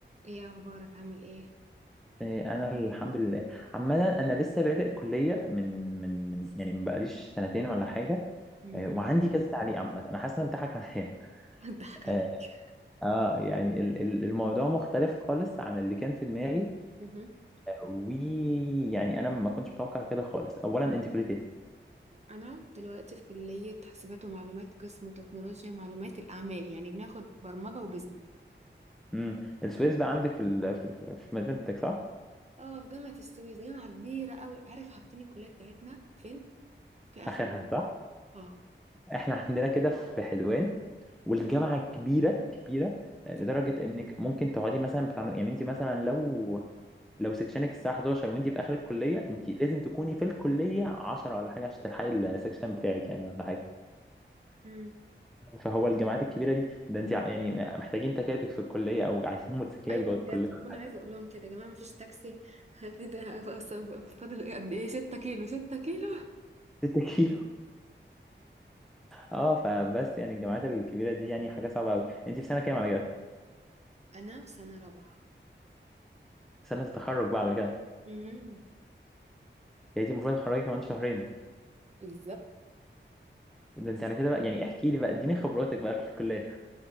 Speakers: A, on the right; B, in the centre.
A: ايه اخبارك عامل ايه
B: إيه، انا الحمد لله عمدا انا لسه بادئ كليه من من من يعني ما بقاليش سنتين ولا حاجه
A: امم
B: إيه، وعندي كذا تعليق عامه انا حاسس ان اتضحك عليا
A: ضحك
B: <laughs>
A: عليك
B: اه آه، يعني ال- ال- الموضوع مختلف خالص عن اللي كان في دماغي
A: امم
B: ويعني انا ما كنتش متوقع كده خالص اولا انت كليه ايه
A: انا دلوقتي في كلية حاسبات ومعلومات قسم تكنولوجيا معلومات الاعمال يعني بناخد برمجة وبزنس
B: امم السويس بقى عندك في ال... في ال- في مدينتك صح
A: اه في جامعة السويس جامعة كبيرة قوي عارف حاطين الكلية بتاعتنا فين في اخر
B: اخرها
A: الجامعة
B: صح
A: اه
B: احنا عندنا كده في حلوان والجامعه كبيره كبيره آه، لدرجه
A: حلو.
B: انك ممكن تقعدي مثلا بتاع يعني انت مثلا لو لو سكشنك الساعة 11 وانتي في آخر الكلية انتي لازم تكوني في الكلية 10 ولا حاجة عشان تلحقي السكشن بتاعك يعني ولا حاجة
A: امم
B: فهو الجامعات الكبيرة دي ده انتي ع- يعني محتاجين تكاتك في الكلية او عايزين <laughs> موتوسيكلات
A: ايوه
B: جوه الكلية
A: بجد بكون
B: ولا حاجة
A: عايزه اقول لهم كده يا جماعه مفيش تاكسي <laughs> ده أصلاً فاضل إيه؟ قد ايه 6 كيلو 6 كيلو
B: 6 كيلو اه فبس يعني الجامعات الكبيرة دي يعني حاجة صعبة قوي انتي في سنة كام
A: مم.
B: على كده؟
A: انا في سنه رابعه
B: سنة التخرج بقى على كده
A: امم
B: يعني انتي المفروض تتخرجي كمان شهرين
A: بالظبط
B: ده انتي على كده بقى يعني احكي لي بقى اديني خبراتك بقى في الكلية